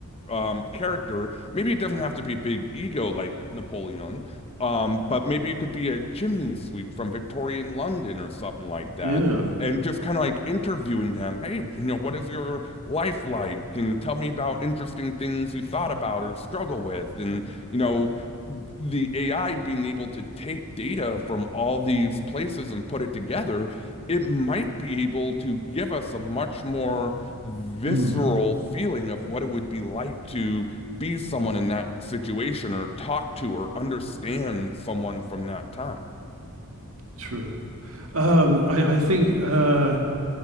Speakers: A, on the left (about 25°); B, on the right (about 70°).
A: um, character. Maybe it doesn't have to be big ego like Napoleon, um, but maybe it could be a chimney sweep from Victorian London or something like that.
B: Yeah.
A: And just kind of like interviewing them. Hey, you know, what is your life like? And tell me about interesting things you thought about or struggle with. And, you know, the AI being able to take data from all these places and put it together, it might be able to give us a much more visceral
B: Mm,
A: feeling of what it would be like to be someone in that situation or talk to or understand someone from that time.
B: true. Um, I, I think uh,